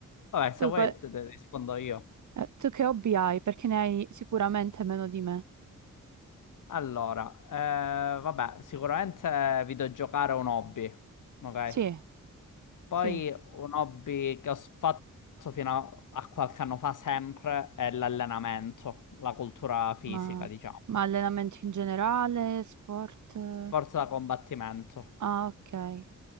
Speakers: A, on the left (about 80°); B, on the right (about 70°).
A: vabbè, se
B: Tu,
A: vuoi
B: qual-
A: te, te rispondo io.
B: eh, tu che hobby hai? Perché ne hai sicuramente meno di me.
A: Allora, eh, vabbè, sicuramente videogiocare è un hobby, ok?
B: Sì,
A: Poi
B: sì,
A: un hobby che ho s- fatto fino a, a qualche anno fa sempre è l'allenamento, la cultura fisica,
B: ma,
A: diciamo,
B: ma allenamenti in generale, sport... eh?
A: sport da combattimento.
B: Ah, ok.